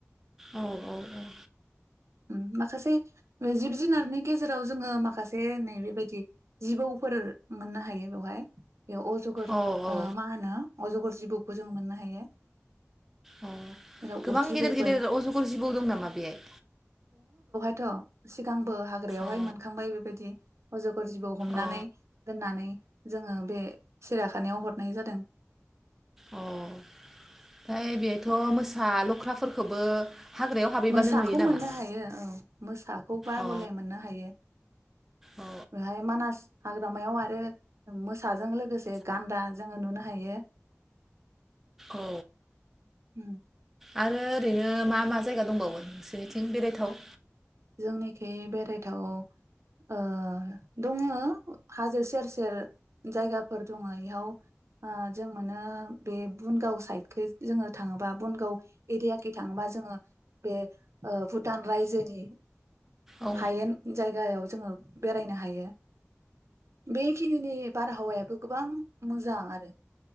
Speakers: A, in the centre; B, on the right.
A: औ औ औ।
B: ओम माखासे ओ जिब जुनारनि गेजेराव जोङो माखासे नै बेबायदि जिबौफोर मोननो हायो बेवहाय। बेयाव अजगर
A: औ औ
B: ओ मा होनो। अजगर जिबौखौ जों मोननो हायो।
A: औ
B: जेराव
A: गोबां
B: अर जिबौफोर
A: गेदेर गेदेर अजगर जिबौ दों नामा बेहाय?
B: थ' सिगां बो हाग्रायावहाय
A: अ
B: मोनखांबाय बेबायदि। अजग फोर जिबौ हमनानै
A: अ
B: दोननानै जोङो बे सिराखानायाव हरनाय जादों।
A: अ' ओमफाय बेहायथ' मोसा लख्राफोरखौबो हाग्रायाव हाबैबानो
B: मोसाखौ
A: नुयो नामा
B: मोननो हायो औ मोसाखौ बा
A: अ
B: हले मोननो हायो
A: औ
B: बेहाय मानास हाग्रामायाव आरो मोस साजों लोगोसे गान्दा जोङो नुनो हायो।
A: औ
B: उम
A: आरो ओरैनो मा मा जायगा दंबावो नोंसोरनिथिं बेरायथाव?
B: जोंनिखै बेरायथाव ओ दङ हाजो सेर सेर जायगाफोर दङ एहाव ओ जों मोनो बे बुनगाव साइदखै जोङो थाङोबा बुनगाव एरियाखै थाङोबा जोङो बे ओ भुटान रायजोनि
A: औ
B: हायेन जायगायाव जोङो बेरायनो हायो। बेखिनिनि बारहावायाबो गोबां मोजां आरो।